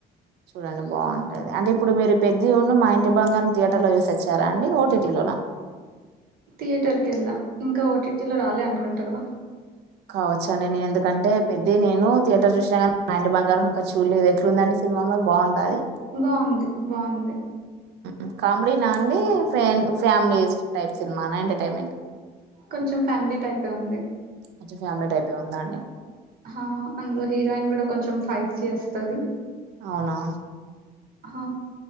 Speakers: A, on the right; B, on the right.
A: చూడండి బాగుంటది అంటే ఇప్పుడు మీరు పెద్ద ఉన్న మా ఇంటి బంగారం థియేటర్ లో చూసి వచ్చారా అండి ఓటీటీలోన
B: థియేటర్ కేళ్ళా ఇంకా ఓటీటీ లో రాలే అనుకుంటారు కదా
A: కావచ్చ అండి నేను ఎందుకంటే పెద్దది నేను థియటర్ చూసినకాని మా ఇంటి బంగారం ఇంకా చూడలేదు ఎట్లుందండి సి సినిమా బాగుందా అది
B: బావుంది బావుంది
A: ఉ కామెడి నా అండి ఫ్రెండ్ ఫ్యామిలీయస్ట్ టైప్ సినిమానా ఎంటర్టైన్మెంట్
B: కొంచెం ఫ్యామిలీ టైపే ఉంది
A: కొంచెం ఫ్యామిలీ టైపే ఉందా అండి
B: హా అందులో హీరోయిన్ కూడా కొంచెం ఫైట్స్ చేస్తది
A: అవునా
B: హా